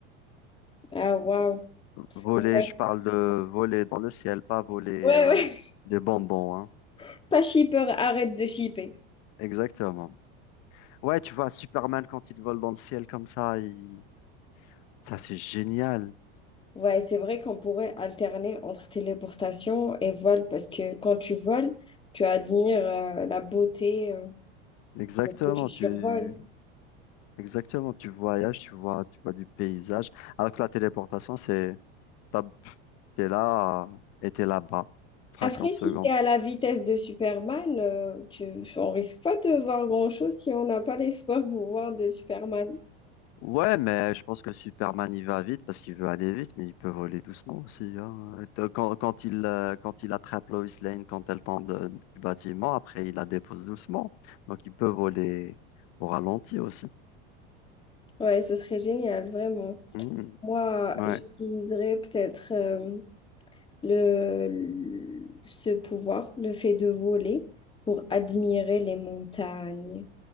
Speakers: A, on the left; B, on the left.
A: Ah, waouh!
B: Voler,
A: Ouais,
B: je parle de voler dans le ciel, pas voler
A: ouais,
B: euh,
A: ouais.
B: des bonbons, hein.
A: <laughs> Pas shipper, arrête de shipper.
B: Exactement. Ouais, tu vois, Superman, quand il vole dans le ciel comme ça, il- ça c'est génial.
A: Ouais, c'est vrai qu'on pourrait alterner entre téléportation et vol parce que quand tu voles, tu admires euh, la beauté euh,
B: Exactement,
A: de ce que tu survoles.
B: tu... Exactement, tu voyages, tu vois, tu vois du paysage. Alors que la téléportation, c'est, t'as- t'es là et t'es là-bas, fraction
A: Après,
B: de seconde.
A: si c'est à la vitesse de Superman, euh, tu, on risque pas de voir grand-chose si on n'a pas l'espoir de voir de Superman.
B: Ouais, mais je pense que Superman, il va vite parce qu'il veut aller vite, mais il peut voler doucement aussi. hein. Et te- Quand, quand il, euh, quand il attrape Lois Lane, quand elle tombe de- du bâtiment, après, il la dépose doucement. Donc, il peut voler au ralenti aussi.
A: Ouais, ce serait génial, vraiment.
B: Mhm.
A: Moi,
B: Ouais.
A: j'utiliserais peut-être euh, le, le- ce pouvoir, le fait de voler, pour admirer les montagnes,